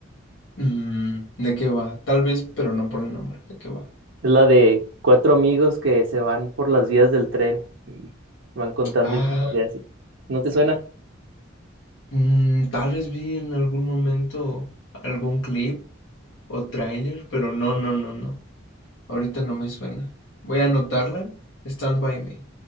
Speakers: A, on the left; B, on the right.
A: Mm, ¿De qué va? Tal vez, pero no por el nombre. ¿De qué va?
B: Es la de cuatro amigos que se van por las vías del tren y van contando
A: Ah,
B: historias. y- ¿No te suena?
A: mm, tal vez vi en algún momento algún clip o tráiler, pero no, no, no, no. Ahorita no me suena. Voy
B: Sí,
A: a anotarla. Stand by me.